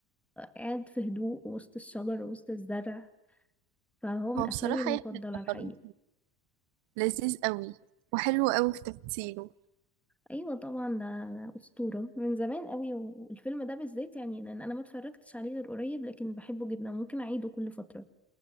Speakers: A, in the centre; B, on the right.
A: قاعد في هدوء وسط الشجر وسط الزرع فهو من
B: هو
A: أفلامي
B: بصراحة
A: المفضلة
B: يحيى الفخراني
A: الحقيقة
B: لذيذ قوي وحلو قوي في تمثيله
A: ايوه طبعا ده اسطوره من زمان قوي والفيلم ده بالذات يعني لان انا ما اتفرجتش عليه غير قريب لكن بحبه جدا ممكن اعيده كل فتره